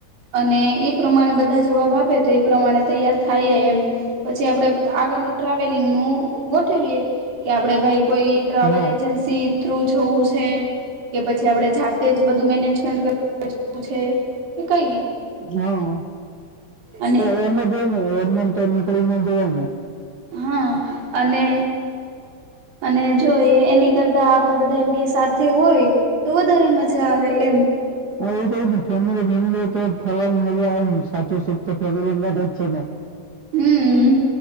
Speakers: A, on the right; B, on the right.
A: અને એ પ્રમાણે બધા જવાબ આપે તો એ પ્રમાણે તૈયાર થાય એમ પછી આપડે આગળનું ટ્રાવેલિંગ નું ગોઠવીએ કે આપડે ભાઈ કોઈ ટ્રાવેલ
B: હા
A: એજન્સી થ્રુ જોવું છે કે પછી આપડે જાતે જ બધું મેનેજમેન્ટવું છે કે કઈ રીતે
B: હા
A: અને
B: એ એમાંને ચમની કોળ નંદ જને
A: હા અને અને જોઈ એની કરતા આપડે બધા એમ કે સાથે હોય તો વધારે મજા આવે એમ
B: હ એ તો ફેમ ફેમ તો ફરવાની મળવા આવેને સાચુંસ એક તો ફેરી અંદદ જ છે ને
A: હમ